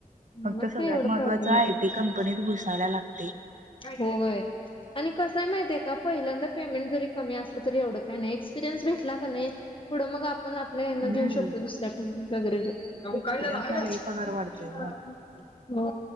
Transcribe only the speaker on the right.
फक्त
सगळ्यात
महत्वाचं
आयटी कंपनीत घुस. जायला लागत.
हम्म
एक्सपिरियन्स
न
लई पगार वाढतोय
ग